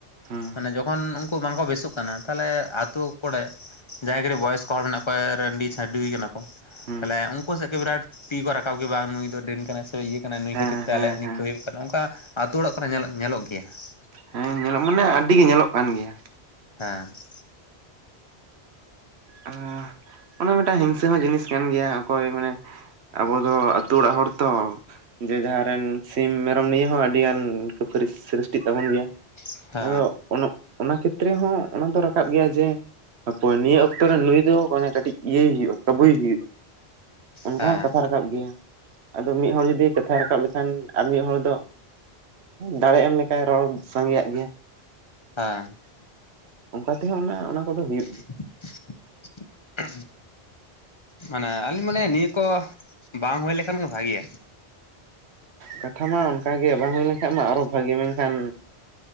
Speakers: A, on the right; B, on the left.
A: ᱦᱩᱸ
B: ᱢᱟᱱᱮ ᱡᱚᱠᱷᱚᱱ ᱩᱱᱠᱩ ᱵᱟᱝ ᱠᱚ ᱵᱮᱥᱚᱜ ᱠᱟᱱᱟ ᱛᱟᱦᱚᱞᱮ ᱟᱛᱳ ᱠᱚᱨᱮ ᱡᱟᱦᱟᱸᱭ ᱠᱟᱹᱴᱤᱡ ᱵᱚᱭᱚᱥᱠᱚ ᱦᱚᱲ ᱢᱮᱱᱟᱜ ᱠᱚᱣᱟ, ᱨᱟᱺᱰᱤ ᱪᱷᱟᱹᱰᱩᱭ ᱠᱟᱱᱟ ᱛᱟᱦᱚᱞᱮ
A: ᱦᱩᱸ
B: ᱩᱱᱠᱩ ᱥᱮᱫ ᱜᱮ ᱵᱤᱨᱟᱴ ᱛᱤ ᱠᱚ ᱨᱟᱠᱟᱵ ᱜᱮ ᱵᱟᱝ ᱱᱩᱭ ᱫᱚ ᱰᱟᱹᱱ ᱠᱟᱱᱟᱭ ᱥᱮ ᱤᱭᱟᱹ ᱱᱩᱭ
A: ᱦᱮᱸ
B: ᱠᱷᱟᱹᱛᱤᱨ ᱛᱮ
A: ᱦᱮᱸ
B: ᱟᱞᱮᱭᱟᱜ ᱱᱤᱝᱠᱟᱹ
A: ᱦᱮᱸ
B: ᱦᱩᱭᱩᱜ ᱠᱟᱱᱟ, ᱚᱱᱠᱟ ᱟᱹᱛᱩ ᱚᱲᱟᱜ ᱠᱚᱨᱮ ᱧᱮᱞᱚᱜ ᱜᱮᱭᱟ ᱾
A: ᱦᱮᱸ ᱧᱮᱞᱚᱜ ᱢᱟᱱᱮ, ᱟᱹᱰᱤ ᱜᱮ ᱧᱮᱞᱚᱜ ᱠᱟᱱ ᱜᱮᱭᱟ᱾
B: ᱦᱮᱸ ᱾
A: <unintelligible> ᱚᱱᱟ ᱢᱤᱫᱴᱟᱝ ᱦᱤᱝᱥᱟᱹ ᱦᱚᱸ ᱡᱤᱱᱤᱥ ᱠᱟᱱ ᱜᱮᱭᱟ ᱾ ᱚᱠᱚᱭ ᱢᱟᱱᱮ ᱟᱵᱚ ᱫᱚ ᱟᱹᱛᱩ ᱚᱲᱟᱜ ᱦᱚᱲ ᱛᱚ ᱡᱮ ᱡᱟᱦᱟᱸ ᱨᱮᱱ ᱥᱤᱢ ᱢᱮᱨᱚᱢ ᱱᱤᱭᱟᱹ ᱦᱚᱸ ᱟᱹᱰᱤ ᱜᱟᱱ ᱠᱷᱟᱹᱯᱟᱹᱨᱤ ᱥᱨᱤᱥᱴᱤᱜ ᱛᱟᱵᱚᱱ ᱜᱮᱭᱟ᱾
B: ᱦᱮᱸ ᱾
A: ᱟᱫᱚ ᱚᱱᱟ ᱠᱷᱮᱛᱨᱮ ᱦᱚᱸ ᱚᱱᱟ ᱫᱚ ᱨᱟᱠᱟᱵ ᱜᱮᱭᱟ ᱡᱮ ᱟᱯᱚᱭ ᱱᱤᱭᱟᱹ ᱟᱛᱳ ᱨᱮ ᱱᱩᱭ ᱫᱚ ᱠᱟᱹᱴᱤᱡ ᱤᱭᱟᱹᱭ ᱦᱩᱭᱩᱜᱼᱟ ᱠᱟᱹᱵᱩᱭ ᱦᱩᱭᱩᱜᱼᱟ, ᱚᱱᱠᱟ
B: ᱦᱮᱸ
A: ᱦᱚᱸ ᱠᱟᱛᱷᱟ ᱨᱟᱠᱟᱵ ᱜᱮᱭᱟ ᱾ ᱟᱫᱚ ᱢᱤᱫ ᱦᱚᱲ ᱡᱩᱫᱤ ᱠᱟᱛᱷᱟᱭ ᱨᱟᱠᱟᱵ ᱞᱮᱠᱷᱟᱱ ᱟᱨ ᱢᱤᱫ ᱦᱚᱲ ᱫᱚ ᱫᱟᱲᱮ ᱮᱢ ᱞᱮᱠᱟᱭ ᱨᱚᱲ ᱥᱟᱸᱜᱮᱭᱟᱜ ᱜᱮᱭᱟ ᱾
B: ᱦᱮᱸ ᱾
A: ᱚᱱᱠᱟ ᱛᱮᱦᱚᱸ ᱚᱱᱟ, ᱚᱱᱟ ᱠᱚᱫᱚ ᱦᱩᱭᱩᱜ ᱜᱮᱭᱟ
B: <inaudible> ᱢᱟᱱᱮ ᱟᱹᱞᱤᱧ ᱵᱚᱞᱮ ᱢᱟᱱᱮ ᱱᱤᱭᱟᱹ ᱠᱚ, ᱵᱟᱝ ᱦᱩᱭ ᱞᱮᱠᱷᱟᱱ ᱜᱮ ᱵᱷᱟᱜᱮᱭᱟ ᱾
A: ᱠᱟᱛᱷᱟ ᱢᱟ ᱚᱱᱠᱟ ᱜᱮ ᱵᱟᱝ ᱦᱩᱭ ᱞᱮᱱᱠᱷᱟᱱ ᱢᱟ ᱟᱨᱚ ᱵᱷᱟᱜᱤ ᱢᱮᱱᱠᱷᱟᱱ